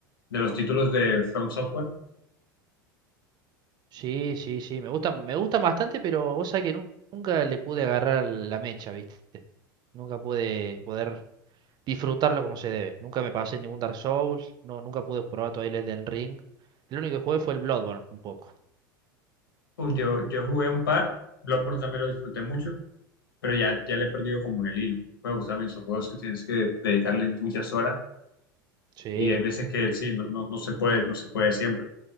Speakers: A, on the left; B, on the right.
A: de los títulos de From Software?
B: Sí, sí, sí, me gustan, me gustan bastante, pero vos sabés que nu- nunca le pude agarrar la mecha, ¿viste? Nunca pude poder disfrutarlo como se debe. Nunca me pasé ningún Dark Souls, no, nunca pude probar todavía el Elden Ring. El único que jugué fue el Bloodborne, un poco.
A: Uf, yo, yo jugué un par, Bloodborne también lo disfruté mucho. pero ya, ya le he perdido como el hilo. Juegos también son juegos que tienes que dedicarle
B: Claro.
A: muchas horas
B: Sí,
A: y hay veces que sí, no, no, no se puede, no se puede siempre.